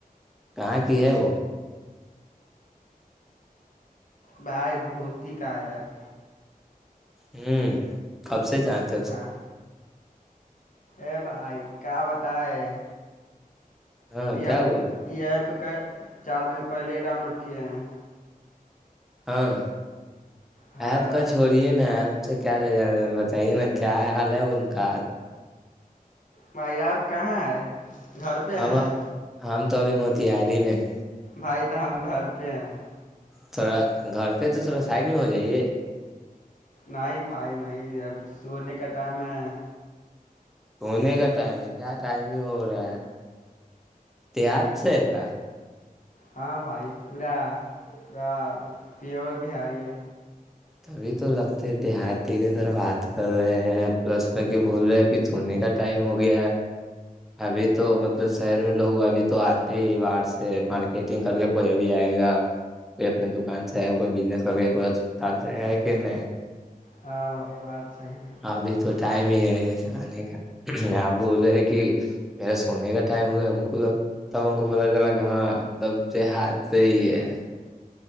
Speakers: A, in the centre; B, on the left (about 60°).
A: کہاں کی ہے وہ
B: بائی بھوتی کا یار-
A: ہوں کب سے چاہتے ہو-
B: ہاں ا بھائی کیا بتائے-
A: ہاں
B: یہ
A: کیا
B: ہم
A: ہوا
B: یہ ہے پکائے چار دن پہلے ڈاؤن لوڈ کیے ہیں-
A: ہاں,
B: ہاں
A: آپ کا چھو- یہ نا ایپ سے کیا لے جانا بتائیے نا کیا حال ہے ان کا-
B: بھائی آپ کہاں ہیں گھر پہ
A: ہم
B: ہیں-
A: ہم تو ابھی موتیہاری ہی میں-
B: بھائی تو ہم گھر پہ ہیں-
A: تھوڑا گھر پہ تو تھوڑا سائڈ میں ہو جائیے-
B: نہیں بھائی, نہیں اب سونے کا ٹائم ہے-
A: سونے کا ٹائم ہے کیا ٹائم ہی ہو رہا ہے دیہات سے ہے کا
B: ہاں بھائی, پورا پا پیور بہاری ہے-
A: تبھی تو لگتے دیہاتی کی طرف بات کر رہے ہیں پلس میں بول رہے کہ سونے کا- ٹائم ہو گیا- ابھی تو مطلب شہر میں لوگ ابھی تو آتے ہی باہر سے مارکیٹنگ کر کے- کوئی ابھی آئے گا کوئی اپنے دکان سے آئے گا کوئی بزنس کر کے کوئی اسپتال سے آیا ہے کہ نہیں-
B: ہاں بھائی بات صحیح ہے
A: ابھی تو ٹائم ہی ہے آنے کا آپ بول رہے ہیں کہ- میرا سونے کا ٹائم ہو گیا ہم کو- سب ان کو پت چلا کہ ہاں تب د ہاتھ سے ہی ہے-